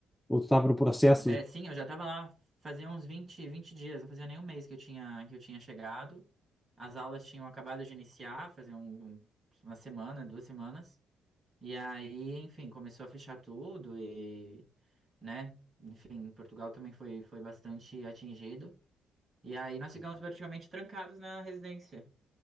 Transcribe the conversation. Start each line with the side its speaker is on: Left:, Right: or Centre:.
Centre: ou tu estava no processo?
Right: É, sim, eu já tava lá fazia uns vinte vinte dias, não fazia nem um mês que eu tinha, que eu tinha chegado. As aulas tinham acabado de iniciar, fazia um- um- uma semana, duas semanas. E aí, enfim, começou a fechar tudo e, né, enfim, Portugal também foi, foi bastante atingido. E aí nós ficamos praticamente trancados na residência.